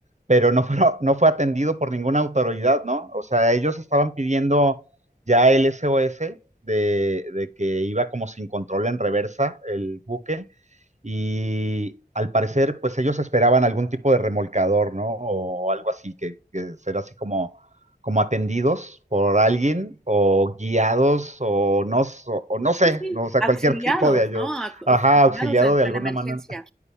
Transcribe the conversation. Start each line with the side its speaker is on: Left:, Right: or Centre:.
Right: pero no fue, <laughs> no fue atendido por ninguna autoridad, ¿no? O sea, ellos estaban pidiendo ya el SOS de, de que iba como sin control en reversa el buque y al parecer, pues ellos esperaban algún tipo de remolcador, ¿no? O algo así, que, que será así como como atendidos por alguien o guiados o no, o, o no sé,
Centre: Sí, sí,
Right: no, o sea,
Centre: auxiliados,
Right: cualquier <laughs> tipo de ayuda,
Centre: ¿no? Au-
Right: ajá,
Centre: Auxiliados
Right: auxiliado
Centre: de,
Right: de alguna
Centre: de la emergencia.
Right: manera.